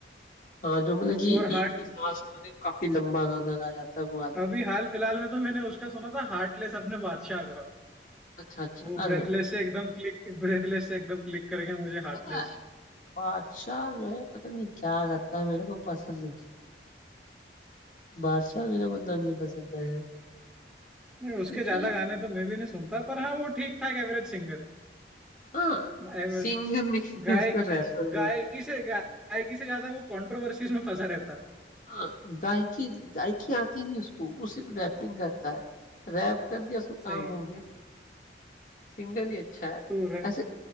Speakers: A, on the left; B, in the centre.
A: हाँ जो मतलब कि
B: और हार्ट
A: एक ही सांस में मतलब काफी लंबा गाना गाया जाता है वो वाला
B: अभी हाल फिलहाल में तो मैंने उसका सुना था हार्टलेस अपने बादशाह का
A: अच्छा अच्छा
B: वो
A: अरे
B: ब्रेथलेस
A: भाई
B: से एकदम क्लिक ब्रेथलेस से एकदम क्लिक कर गया मुझे हार्टलेस
A: पता है बादशाह जो है पता नहीं क्या करता है मेरे को पसंद नहीं बादशाह मेरे को उतना नहीं पसंद है
B: नहीं उसके
A: क्योंकि
B: ज्यादा गाने तो मैं भी नहीं सुनता पर हाँ वो ठीक ठाक एवरेज सिंगर
A: हाँ
B: है एवरेज-
A: सिंगर नहीं
B: गायक
A: <laughs> इसको रैपर
B: गायकी से गायकी से ज्यादा वो कंट्रोवर्सीज में फंसा रहता है
A: हाँ गायकी गायकी आती नहीं उसको वो सिर्फ रैपिंग करता है रैप कर दिया उसका
B: सही
A: काम
B: है
A: हो गया सिंगर ही अच्छा है
B: तो
A: ऐसे